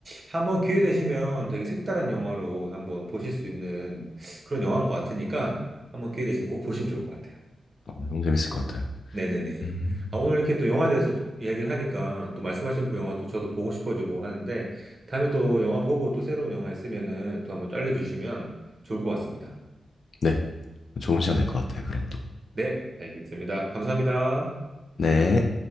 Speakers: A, on the right; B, on the left.
A: 한번 기회 되시면 되게 색다른 영화로 한번 보실 수 있는 그런 영화인 것 같으니까, 한번 기회 되시면 꼭 보시면 좋을 것 같아요.
B: 아, 너무 재밌을 것 같아요.
A: 네네네.
B: 음,
A: 아, 오늘 이렇게 또 영화에 대해서 또 이야기를 하니까 또 말씀하신 그 영화 또 저도 보고 싶어지고 하는데 다음에 또 영화 보고 또 새로운 영화 있으면은 또 한번 또 알려주시면 좋을 것 같습니다.
B: 네. 좋은 시간 될 것 같아요, 그럼 또.
A: 네, 알겠습니다. 감사합니다.
B: 네.